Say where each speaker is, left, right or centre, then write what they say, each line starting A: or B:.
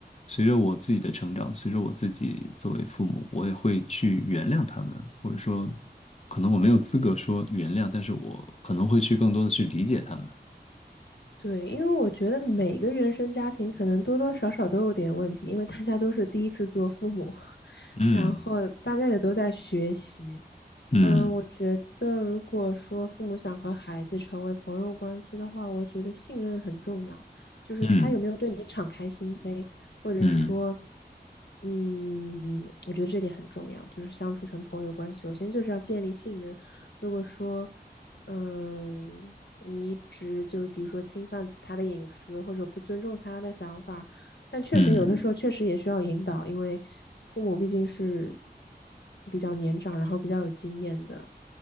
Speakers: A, on the left (about 40°); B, on the left (about 90°).
A: 随着我自己的成长，随着我自己作为父母，我也会去原谅他们，或者说，可能我没有资格说原谅，但是我可能会去更多的去理解他们。
B: 对，因为我觉得每个原生家庭可能多多少少都有点问题，因为大家都是第一次做父母，<laughs>
A: 嗯
B: 然后大家也都在学习。
A: 嗯
B: 嗯，我觉得如果说父母想和孩子成为朋友关系的话，我觉得信任很重要，就是他有没有对你敞开心扉，
A: 嗯
B: 或者说，
A: 嗯
B: 嗯，我觉得这点很重要，就是相处成朋友关系，首先就是要建立信任。如果说嗯，你一直就是比如说侵犯他的隐私，或者不尊重他的想法，但确实有的时候确实也需要引导，
A: 嗯
B: 因为父母毕竟是比较年长，然后比较有经验的，